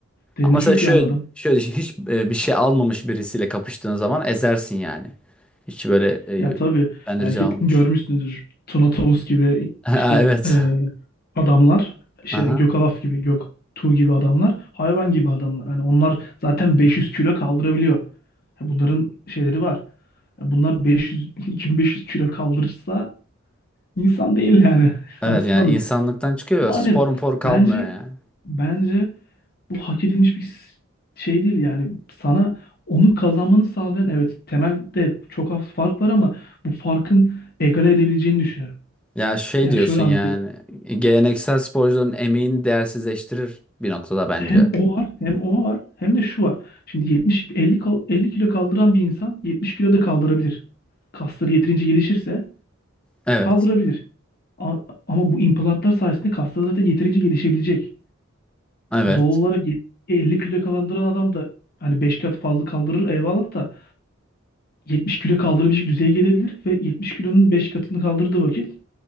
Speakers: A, on the left; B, in the centre.
A: dediğini
B: Ama mesela
A: çok
B: şöyle
A: iyi anladım.
B: şöyle düşün, hiç e, bir şey almamış birisiyle kapıştığın zaman ezersin yani. Hiç böyle e,
A: Ya tabii
B: bendirici
A: belki
B: almamış.
A: görmüşsünüzdür
B: <laughs>
A: Tuna Tavus gibi
B: Ha,
A: işte
B: Evet.
A: e, adamlar, işte
B: Aha.
A: Gökalaf gibi, Göktuğ gibi adamlar, hayvan gibi adamlar. Yani onlar zaten 500 kilo kaldırabiliyor. Ya Bunların şeyleri var. Ya Bunlar 500 2500 <laughs> kilo kaldırırsa İnsan değil yani. <laughs>
B: Evet
A: Saçmalık.
B: yani insanlıktan çıkıyor
A: Ama
B: ya spor
A: hani
B: mpor kalmıyor
A: bence
B: yani.
A: bence bu hak edilmiş bir şey değil yani sana onu kazanmanı sağlayan evet temelde çok az fark var ama bu farkın egale edebileceğini düşünüyorum.
B: Ya şey
A: Yani
B: diyorsun
A: şöyle anlatayım.
B: yani e, geleneksel sporcuların emeğini değersizleştirir bir noktada bence.
A: Hem o var hem o var hem de şu var. Şimdi 70 50 kal- 50 kilo kaldıran bir insan 70 kilo da kaldırabilir. Kasları yeterince gelişirse
B: Evet.
A: kaldırabilir. A- Ama bu implantlar sayesinde kasları zaten yeterince gelişebilecek.
B: Evet.
A: E doğal olarak yet- 50 kilo kaldıran adam da hani 5 kat fazla kaldırır eyvallah da 70 kilo kaldırabilecek düzeye gelebilir ve 70 kilonun 5 katını kaldırdığı vakit